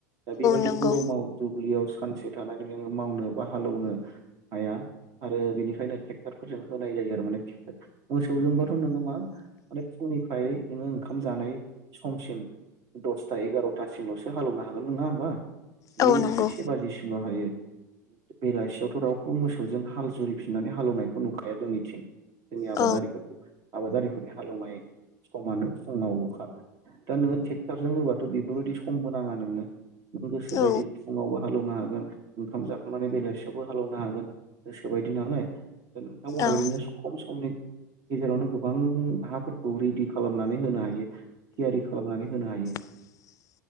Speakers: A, on the right (about 45°); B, on the left (about 35°).
A: दा बेबायदि
B: नंगौ
A: गरमाव दुब्लियाव सानसे थानानै नोङो मावनो बा हालौनो हाया। आरो बेनिखायनो ट्रेक्ट'रफोरजों होनाय जायो आरो माने मोसौजोंबाथ' नोङो मा माने फुंनिफ्राय नोङो ओंखाम जानाय समसिम दसथा एगार'थासिमल'सो हाल एवो हागोन नङा होमबा जुदि
B: औ नंगौ
A: जिसे बाजिसिमल' हायो बेलासियावथ' रावबो मोसौजों हाल जुरिफिननानै हालौनायखौ नुखाया जोंनिथिं जोंनि आबादारिफोरखौ
B: औ
A: आबादारिफोरनि हालेवनाय समानो फुङावल'खा दा नोङो ट्रेक्ट'रजों होबाथ' बेफोरबायदि समबो नाङा नोंनो गोसो बायदि
B: औ
A: फुङावबो हालौनो हागोन ओंखाम जाखांनानै बेलासियावबो हालौनो हागोन गोसोबायदि नालाय नोंथांमोननाय
B: औ
A: बेदिनो खम समनि गेजेरावनो गोबां हाफोरखौ रेडि खालामनानै होनो हायो थियारि खालामनानै होनो हायो।
B: लांदां